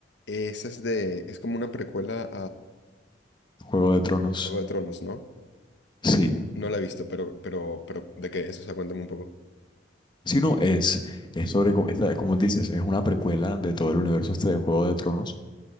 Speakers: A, on the left; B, on the left.
A: Esa es de. Es como una precuela
B: Juego de Tronos,
A: Juego de Tronos, ¿no?
B: sí.
A: No la he visto, pero, pero, pero, ¿de qué es? O sea, cuéntame un poco.
B: Si no, es, es sobre, co- es la- como dices, es una precuela de todo el universo este de Juego de Tronos.